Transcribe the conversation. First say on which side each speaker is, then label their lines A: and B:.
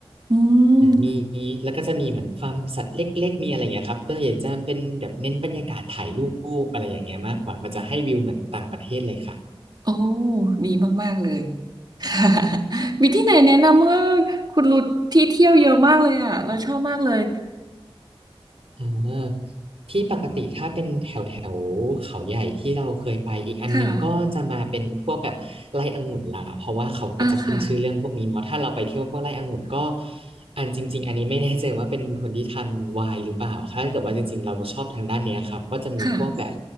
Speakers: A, on the right; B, on the right.
A: อื
B: เออมี
A: ม
B: แล้วก็จะมีเหมือนฟาร์มสัตว์เล็กๆมีอะไรอย่างเงี้ยครับตัวใหญ่จะเป็นแบบเน้นบรรยากาศถ่ายรูปอะไรอย่างเงี้ยมากกว่ามันจะให้วิวเหมือนต่างประเทศเลยค่ะ
A: โอ้ดีมากๆเลย <laughs> ค่ะ <laughs> มีที่ไหนแนะนำเมื่อคุณรุดที่เที่ยวเยอะมากเลยอ่ะเราชอบมากเลย
B: อ่าที่ปกติถ้าเป็นแถวแถวเขาใหญ่ที่เราเคยไปอีกอันนึงก็จะมาเป็นพวกแบบไร่องุ่นละเพราะว่าเขาก็จะขึ้นชื่อเรื่องพวกนี้เนาะถ้าเราไปเที่ยวพวกไร่องุ่นก็
A: ค่ะอ่าค่ะ
B: อันจริงๆอันนี้ไม่แน่ใจว่าเป็นคนที่ทานไวน์หรือเปล่าถ้าเกิดว่าจริงๆเราชอบทางด้านเนี้ยครับก็จะมีพวกแบบ
A: ค่ะ